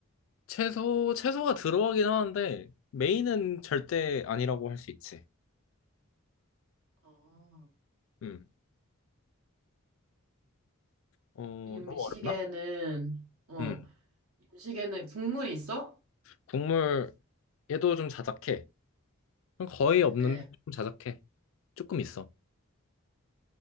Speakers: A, on the left (about 65°); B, on the right (about 80°).
A: 채소, 채소가 들어가긴 하는데 메인은 절대 아니라고 할 수 있지.
B: 어,
A: 음. 어,
B: 이 음식에는,
A: 너무 어렵나?
B: 어,
A: 음.
B: 이 음식에는 국물이 있어?
A: 국물 얘도 좀 자작해. 거의 없는데
B: 그래.
A: 좀 자작해. 조금 있어.